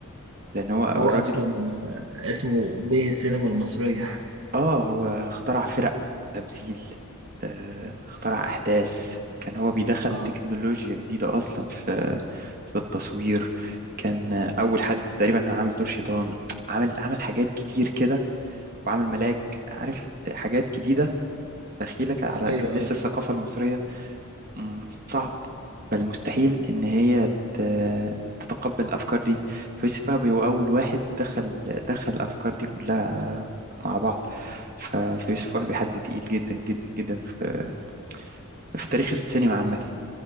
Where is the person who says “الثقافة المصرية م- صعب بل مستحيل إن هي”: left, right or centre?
Right